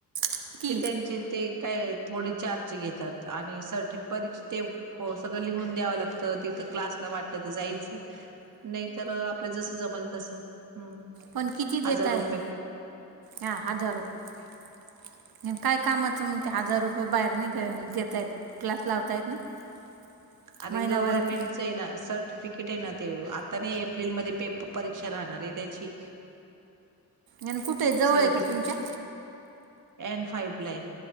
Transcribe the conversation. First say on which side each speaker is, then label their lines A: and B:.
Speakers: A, on the right (about 75°); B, on the right (about 55°).
A: किती
B: ते त्यांचे ते काय थोडी चार्ज घेतात आणि सर्टि परीक्षा ते हो सगळं लिहून द्यावं लागतं तिथं क्लासला वाटलं तर जायचं. नाही तर आपल जसं जमल तस हम्म.
A: पण किती देत
B: हजार
A: आहे
B: रुपये
A: ह हजार रुपये. काय कामचं मग ते हजार रुपये बाहेर न देतायेत क्लास लावतायत नाही. <inaudible>
B: अरे
A: महिनाभरात
B: गव्हर्नमेंटच ते ना सर्टिफिकेट आहे ना ते आता नाही एप्रिलमध्ये पेपर परीक्षा राहणार आहे त्याची.
A: आणि कुठे आहे जवळ
B: सर्टिफि
A: आहे का तुमच्या?
B: एन फाईव ला हाय.